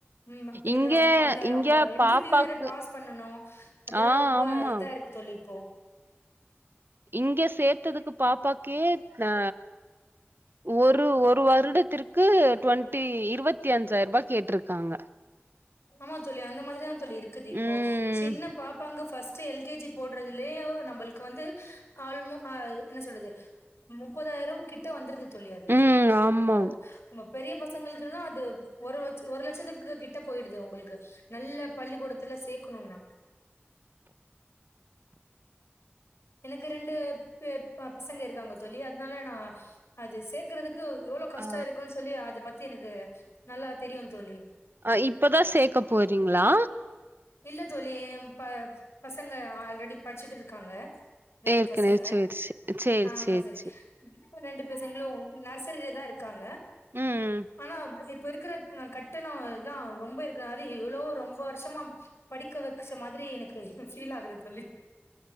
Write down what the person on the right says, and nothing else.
இங்க
இங்க
பாப்பாக்கு
ஆ
ஆமா
இங்க சேத்ததுக்கு பாப்பாக்கே அ ஒரு ஒரு வருடத்திற்கு டுவெண்ட்டி இருவத்தி அஞ்சாயிர ரூபா கேட்டிருக்காங்க
ம்
ம் ஆமா
ஆ
அ இப்பதா சேக்க போறீங்ளா
ஏற்கனவே
சேரி சே சேரி
சேரி
சேரி
ம்